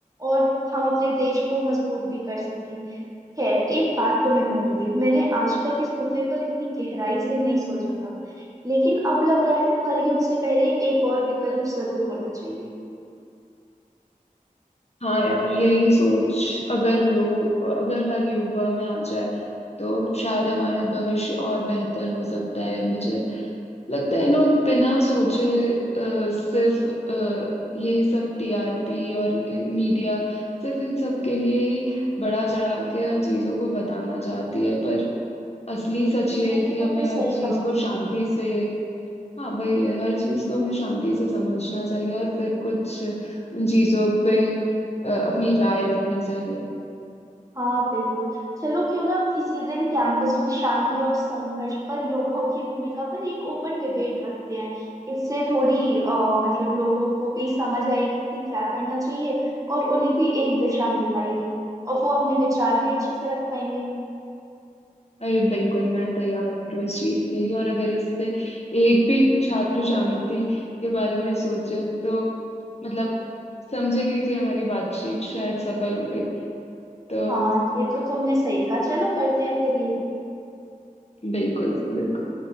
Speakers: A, on the right (about 25°); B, on the left (about 50°).
A: और हम अपने देश को मजबूत भी कर सकें खैर एक बात तो मैं कहूंगी मैंने आज तक इस मुद्दे पर इतनी गहराई से नहीं सोचा था लेकिन अब लग रहा है हर युद्ध से पहले एक और विकल्प जरूर होना चाहिए
B: हाँ यार यही सोच अगर लोग अगर हर युवा में आ जाए तो शायद हमारा भविष्य और बेहतर हो सकता है मुझे लगता है लोग बिना सोचे अ, सिर्फ अ, ये सब टीआरपी और मीडिया सिर्फ इन सब के लिए ही बड़ा चढ़ा के हर चीजों को बताना चाहती है पर असली सच
A: हम्म,
B: ये
A: ये
B: है कि
A: तो
B: हमें
A: तुमने
B: हर
A: सही
B: चीज
A: कहा
B: को शांति से हाँ भाई हर चीज को हमें शांति से समझना चाहिए और फिर कुछ उन चीजों पे अ, अपनी राय रखनी चाहिए
A: हाँ बिल्कुल चलो क्यों ना किसी दिन कैंपस में शांति और संघर्ष पर युवाओं की भूमिका पर एक ओपन डिबेट रखते हैं इससे थोड़ी अ, मतलब लोगों को भी समझ आएगी कि क्या करना चाहिए और उन्हें भी एक दिशा मिल पाएगी और वो अपने विचार भी अच्छे से रख पाएंगे
B: अरे बिल्कुल मैं तैयार हूँ इस चीज के लिए और अगर इससे एक भी छात्र शांति के बारे में सोचे तो मतलब समझेंगे कि हमारी बातचीत शायद सफल हो गई तो
A: हाँ ये तो तुमने सही कहा चलो करते हैं फिर ये भी
B: बिल्कुल बिल्कुल